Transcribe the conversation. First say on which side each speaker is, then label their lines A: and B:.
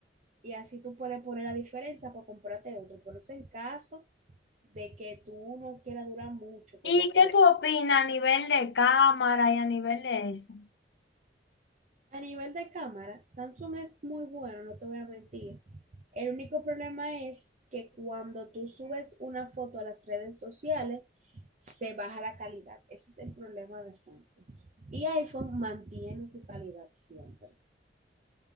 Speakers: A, on the right (about 45°); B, on the left (about 75°).
A: y así tú puedes poner la diferencia para comprarte otro. Pero eso en caso de que tú no quieras durar mucho con
B: ¿Y
A: el teléfono.
B: qué tú opinas a nivel de cámara y a nivel de eso?
A: A nivel de cámara, Samsung es muy bueno, no te voy a mentir. El único problema es que cuando tú subes una foto a las redes sociales, se baja la calidad. Ese es el problema de Samsung. Y iPhone mantiene su calidad siempre.